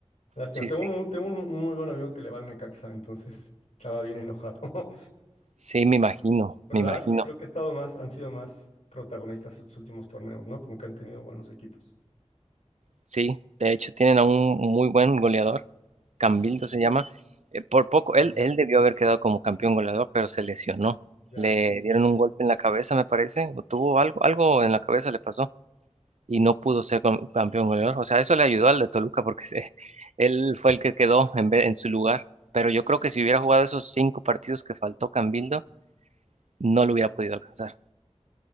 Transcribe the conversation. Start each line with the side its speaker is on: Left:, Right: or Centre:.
Left: Lástima.
Right: sí,
Left: Tengo
Right: sí,
Left: un, tengo un, un muy buen amigo que le va al Necaxa, entonces estaba bien enojado. <laughs>
Right: sí, me imagino,
Left: Pero
Right: me
Left: la
Right: imagino,
Left: verdad es que creo que ha estado más, han sido más protagonistas estos últimos torneos, ¿no? Como que han tenido buenos equipos.
Right: sí, de hecho tienen a un muy buen goleador, Cambildo se llama, eh, por poco,
Left: Ándale,
Right: él, él debió haber quedado como campeón goleador, pero se lesionó,
Left: Ya.
Right: le dieron
Left: ok, ok.
Right: un golpe en la cabeza, me parece, o tuvo algo, algo en la cabeza le pasó, y no pudo ser com- campeón goleador. O sea, eso le ayudó al de Toluca porque se- <laughs> él fue el que quedó en, ve- en su lugar. Pero yo creo que si hubiera jugado esos cinco partidos que faltó Cambildo, no lo hubiera podido alcanzar.